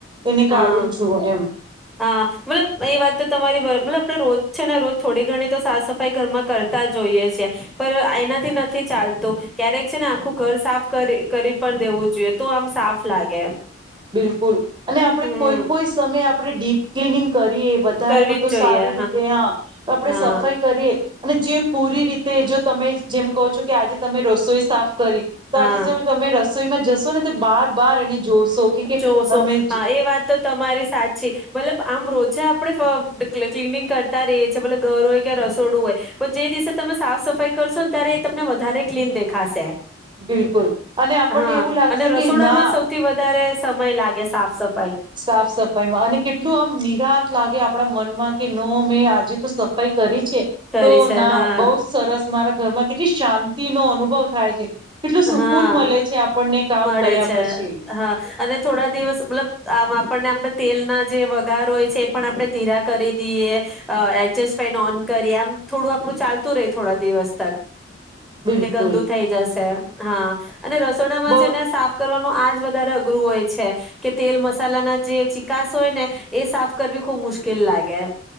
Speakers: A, on the right (about 25°); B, in the centre.
A: એને
B: હા
A: કાઢું છું એમ
B: હા મતલબ એ વાત તો તમારી બરાબર મતલબ આપણે રોજ છે ને રોજ થોડી ઘણી તો સાફ સફાઈ ઘરમાં કરતાં જ હોઈએ છીએ પણ એનાથી નથી ચાલતું ક્યારેક છે ને આખું ઘર સાફ કરી કરી પણ દેવું જોઈએ તો આમ સાફ લાગે
A: બિલકુલ અને આપણે
B: હમ
A: કોઈ કોઈ સમય આપણે ડીપ ક્લીનીંગ કર કે વધારે
B: કરવી
A: પડતો
B: જ જોઈએ
A: સારી રીતે હા આપણેે
B: હા
A: સફાઈ કરીએ અને જે પૂરી રીતે જો તમે જેમ કહો છો કે આજે તમે રસોઈ સાફ કરી તો
B: હા
A: આજે જો તમે રસોઈમાં જસ તો ને તે બાર બાર એને જોશો કે કે
B: જોશો
A: અમે
B: હા એ વાત તો તમારી સાચી મતલબ આમ રોજે આપણે ફ ક્લીનિંગ કરતાં રહીએ છીએ ભલે ઘર હોય કે રસોડું હોય તો જે દિવસે તમે સાફ સફાઈ કરશો ને ત્યારે એ તમને વધારે ક્લીન દેખાશે.
A: બિલકુલ અને આપણને
B: હા
A: એવું લાગશે
B: અને રસોડામાં
A: કે ના
B: સૌથી વધારે સમય લાગે સાફ સફ
A: સાફ સફાઈમાં અને કેટલું આમ નિરાત લાગે આપણા મનમાં કે નો મેં આજે તો સફાઈ કરી છે
B: કરી
A: તો
B: છે
A: ના
B: હા
A: બહુ સરસ મારા ઘરમાં કેટલી શાંતિનો અનુ બોવ થાય છે કેટલું સુકૂન
B: હા
A: મળે છે આપણને કામ
B: મળે
A: કર્યા
B: છે
A: પછી
B: હા અને થોડા દિવસ મતલબ આમ આપ આપણને આપણે તેલના જે વઘાર હોય છે એ પણ આપણે ધીરા કરી દઈએ અ એડજસ્ટ ફેન ઓન કરીએ આમ થોડું આપણું ચાલતું રહે થોડા દિવસ તક
A: બિલકુલ
B: કે ગંદુ થઈ જશે. હા અને રસોડામાં
A: બહુ
B: છે ને સાફ કર વાનું આજ વધારે અઘરું હોય છે કે તેલ મસાલાના જે ચિકાસ હોય ને એ સાફ કરવી ખૂબ મુશ્કેલ લાગે